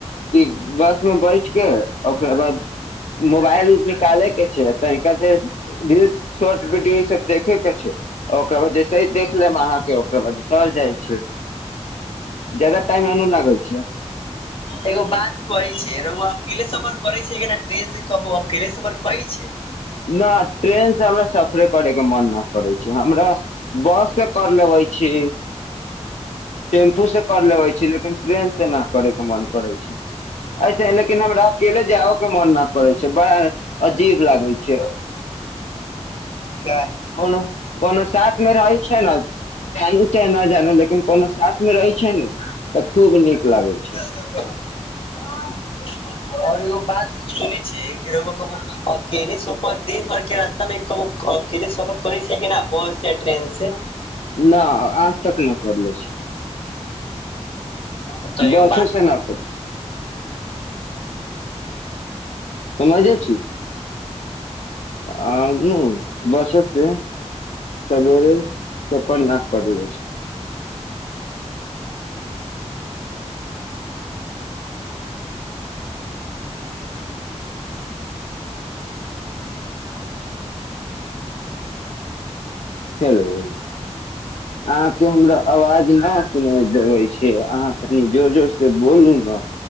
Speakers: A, on the left; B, on the left.
A: कि बस में बैठ के ओकरा बाद मोबाइल उ निकाले के। तनिका देर रील शॉर्ट वीडियो ई सब देखे के छै ओकरा बाद जैसे देख लेब अहाँके ओकरा बाद उतर जाइ छै जदा टाइम ए लागे छै।
B: एगो बात कहै छै रहुआ अकेले सफर करे छै केना ट्रेन से कहब अकेले सफर। कहै छै
A: ना ट्रेन से हम सफरे करैके मन ना करै छी, हमरा बस से कर लेबै छी। टेम्पू से कर लेबै छी, लेकिन ट्रेन से न करै के मन करै छै, ऐसे ही लेकिन हमरा अकेले जाओ के मन ना करै छै, बा अजीब लागै छै।
B: काहे
A: कोनो कोनो साथ मे रहै। छै ना, जानू चाहे ना जानू लेकिन कोनो साथ मे रहै छै ने तऽ खूब नीक लागे छै।
B: <unintelligible> और एगो बात सुनै छी कि रौउआ कभो अकेले सफर दिन भर के रास्ता मे कभो अकेले सफर करै छीये कि ना बस या ट्रेन से
A: ना आज तक ना करलै छी।
B: तऽ
A: बसो
B: एगो बात
A: सेे ना करै छै। समझे छी। आ हमु बसे से सगेरे सफर ना करलै छी। हेलो अहाँ के हमरा अवाज न सुनाय देबै छै, अहाँ कनि जोर-जोर से बोलू न,